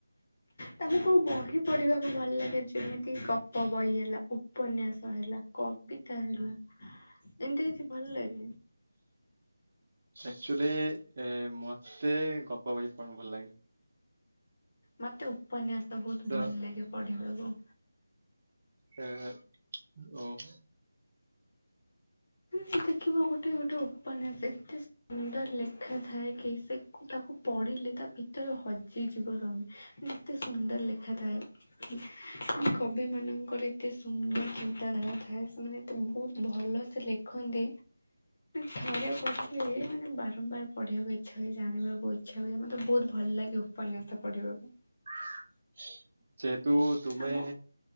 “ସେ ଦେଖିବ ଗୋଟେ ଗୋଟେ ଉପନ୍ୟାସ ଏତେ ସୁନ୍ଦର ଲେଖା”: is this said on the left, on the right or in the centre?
Left